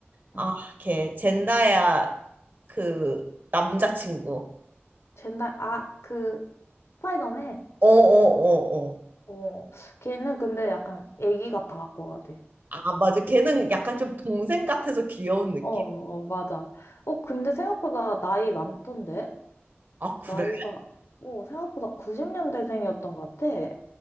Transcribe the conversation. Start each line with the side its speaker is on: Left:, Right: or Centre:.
Right: 아,
Left: 응.
Right: 걔, 젠다야, 그, 남자친구.
Left: 젠달, 아, 그, 스파이더맨?
Right: 어, 어, 어, 어.
Left: 어, 걔는 근데 약간 애기 같아 갖고 가야 돼.
Right: 아, 맞아. 걔는 약간 좀 동생 같아서 귀여운 느낌?
Left: 어, 어, 맞아. 어, 근데 생각보다 나이 많던데?
Right: 아, 그래.
Left: 나이가, 어, 생각보다 90년대생이었던 것 같아.